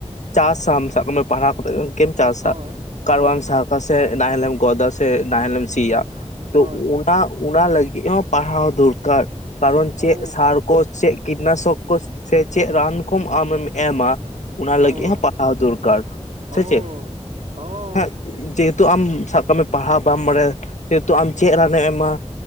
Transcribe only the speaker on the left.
ᱪᱟᱥᱟᱢ ᱥᱟᱵ ᱠᱟᱜ ᱢᱮ ᱯᱟᱲᱦᱟᱣ ᱠᱟᱛᱮ ᱾ ᱮᱢ ᱪᱟᱥᱟ
ᱠᱟᱨᱵᱟᱢ
ᱥᱟᱵᱟ ᱥᱮ ᱱᱟᱦᱮᱞᱮᱢ ᱜᱚᱫ ᱫᱟ ᱥᱮ ᱱᱟᱦᱮᱞᱮᱢ ᱥᱤᱭᱟ ᱾ ᱛᱚ
ᱚᱱᱟ ᱚᱱᱟ ᱞᱟᱹᱜᱤᱫ ᱦᱚᱸ ᱯᱟᱲᱦᱟᱣ ᱫᱚᱨᱠᱟᱨ ᱠᱟᱨᱚᱱ ᱪᱮᱫ
ᱥᱟᱨ ᱠᱳ ᱪᱮᱫ ᱠᱤᱴᱱᱟᱥᱚᱠ ᱠᱳᱪᱥ ᱥᱮ ᱪᱮᱫ ᱨᱟᱱ ᱠᱚᱢ ᱟᱢᱮᱢ ᱮᱢᱟ ᱾ ᱚᱱᱟ
ᱞᱟᱹᱜᱤᱫ ᱦᱚᱸ ᱯᱟᱲᱦᱟᱣ ᱫᱚᱨᱠᱟᱨ
ᱥᱮ ᱪᱮᱫ
ᱦᱮᱸ ᱡᱮᱦᱮ ᱛᱩ ᱡᱮ ᱟᱢ ᱥᱟᱵ ᱠᱟᱜ ᱢᱮ ᱯᱟᱲᱦᱟᱣ ᱵᱟᱢ ᱵᱟᱲᱟᱭᱟ ᱡᱮᱦᱮᱛᱩ ᱟᱢ ᱪᱮᱫ ᱨᱟᱱᱮᱢ ᱮᱢᱟ